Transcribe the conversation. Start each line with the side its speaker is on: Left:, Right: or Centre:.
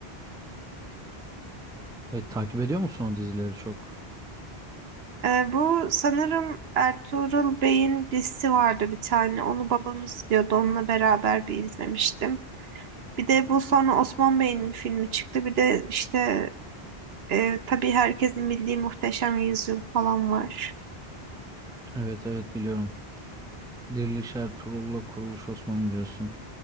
Centre: Evet takip ediyor musun o dizileri çok?
Right: E, bu sanırım Ertuğrul Bey'in dizisi vardı bir tane. Onu babam izliyordu. Onunla beraber bir izlemiştim. Bir de bu sonra Osman Bey'in filmi çıktı. Bir de işte e, tabii herkesin bildiği Muhteşem Yüzyıl falan var.
Centre: Evet evet biliyorum. Diriliş Ertuğrul'la Kuruluş Osman'ı diyorsun.